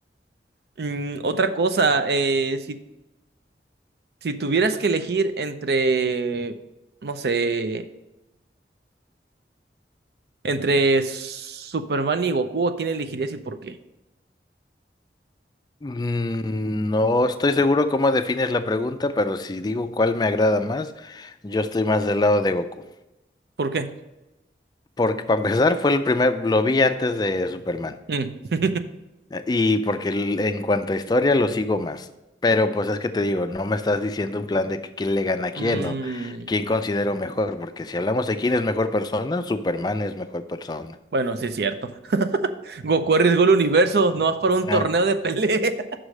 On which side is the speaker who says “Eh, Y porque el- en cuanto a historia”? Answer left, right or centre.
Left